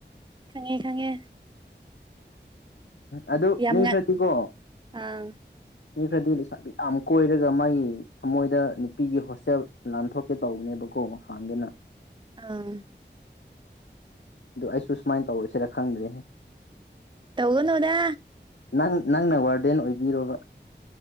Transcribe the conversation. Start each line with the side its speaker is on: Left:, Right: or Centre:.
Right: ꯈꯪꯉꯦ ꯈꯪꯉꯦ
Left: ꯑꯗꯨ
Right: ꯌꯥꯝ
Left: ꯃꯤ
Right: ꯉꯟ
Left: ꯈꯔꯗꯤꯀꯣ
Right: ꯑꯥ
Left: ꯃꯤ ꯈꯔꯗꯤ ꯂꯩꯁꯥꯕꯤ ꯌꯥꯝ ꯀꯣꯏꯔꯒ ꯃꯥꯒꯤ ꯊꯃꯣꯏꯗ ꯅꯨꯄꯤꯒꯤ ꯍꯣꯁꯇꯦꯜ ꯅꯥꯟꯊꯣꯛꯀꯦ ꯇꯧꯕꯅꯦꯕꯀꯣ ꯍꯥꯡꯒꯦꯅ
Right: ꯑꯥ
Left: ꯑꯗꯨ ꯑꯩꯁꯨ ꯁꯨꯃꯥꯏꯅ ꯇꯧꯔꯁꯤꯔꯥ ꯈꯪꯗ꯭ꯔꯦ
Right: ꯇꯧꯒꯅꯨꯗ
Left: ꯅꯪ ꯅꯪꯅ ꯋꯥꯔꯗꯦꯟ ꯑꯣꯏꯕꯤꯔꯣꯕ